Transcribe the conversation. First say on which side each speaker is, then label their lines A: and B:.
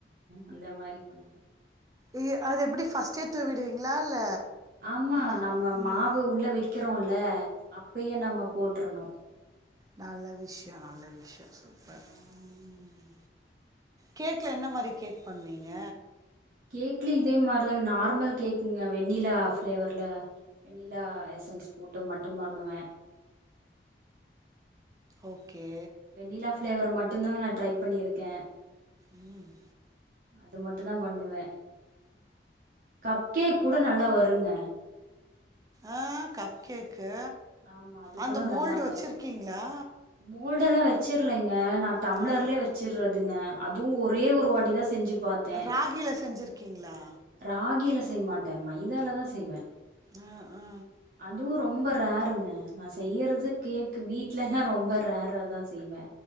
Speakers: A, on the right; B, on the right.
A: அந்த மாரி பண்ண
B: இ அது எப்புடி ஃபஸ்டே தூவிடுவீங்ளா இல்ல
A: ஆமா
B: மா
A: நம்ம
B: ம்
A: மாவு உள்ள வைக்கிறோல அப்பயே நம்ம போட்ரணு
B: நல்ல விஷயொ நல்ல விஷயொ சூப்பர்
A: ஆ
B: ம் கேக்ல என்ன மாரி கேக் பண்வீங்க
A: கேக்ல இதே மாருதாங்க நார்மல் கேக்குங்க வெண்ணிலா ஃபளேவர்ல்ல வெண்ணிலா எசன்ஸ் போட்டு மட்டும் பண்ணுவ
B: ஓகே
A: வெண்ணிலா ஃப்ளேவர் மட்டுந் தாங்க நா ட்ரை பண்ணிருக்க
B: ம்
A: அது மட்டு தா பண்ணுவ கப்கேக் கூட நல்லா வருங்க
B: ஆ கப் கேக்கு
A: ஆமா அது
B: அந்த
A: கூட நல்லா
B: மோல்டு
A: வரு
B: வச்சிருக்கீங்ளா
A: மோல்டெல்லா வச்சிர்லங்க நா டம்ளர்லயே
B: ஆ
A: வச்சிறதுங்க அதுவு ஒரே ஒரு வாட்டி தா செஞ்சி பாத்தே
B: ராகில செஞ்சிருக்கீங்களா
A: ராகியில செய்ய மாட்ட மைதாலதா செய்வ
B: ஆ ஆ
A: அதுவும் ரொம்ப ரேருங்க நா செய்யிறது கேக்கு வீட்லனா ரொம்ப ரேர்ரா தா செய்வ